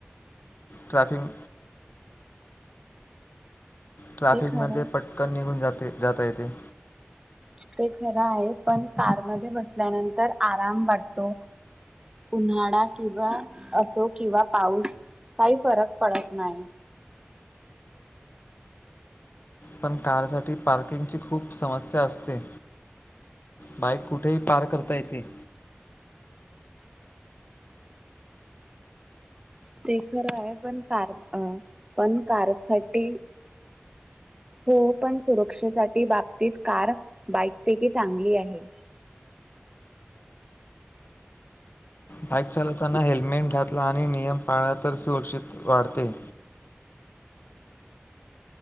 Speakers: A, on the left; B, on the right.
A: ट्रॅफिक ट्रॅफिकमध्ये
B: ते खरं
A: पटकन निघून जाते जाता येते.
B: ते खरं आहे पण कारमध्ये बसल्यानंतर आराम वाटतो. उन्हाळा किंवा असो किंवा पाऊस काही फरक पडत नाही.
A: पण कारसाठी पार्किंगची खूप समस्या असते. बाईक कुठेही पार्क करता येते.
B: ते खरं आहे पण कार पण कारसाठी. हो पण सुरक्षेसाठी बाबतीत कार बाईकपैकी चांगली आहे.
A: बाईक चालताना हेल्मेट घातला आणि नियम पाळला तर सुरक्षित वाढते.